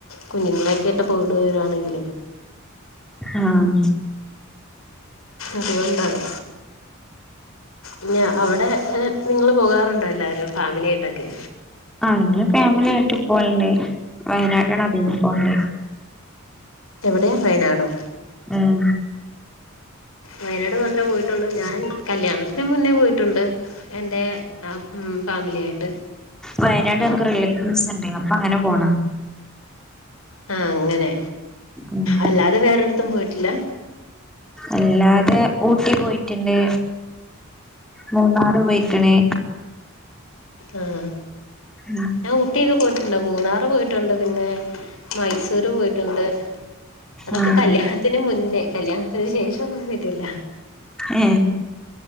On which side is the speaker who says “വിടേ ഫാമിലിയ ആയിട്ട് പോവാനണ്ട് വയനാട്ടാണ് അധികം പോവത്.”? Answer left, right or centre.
Centre